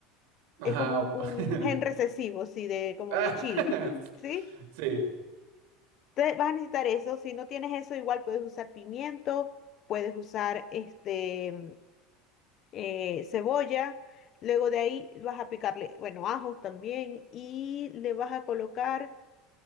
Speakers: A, on the right; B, on the left.
A: Ajá.
B: Es como
A: o-
B: un,
A: <laughs>
B: un gen recesivo, sí, de, como
A: Ah,
B: de chile.
A: <laughs>
B: ¿Sí?
A: sí,
B: Entonces vas a necesitar eso. Si no tienes eso, igual puedes usar pimiento, puedes usar este. eh, cebolla. Luego de ahí vas a picarle, bueno, ajos también y le vas a colocar,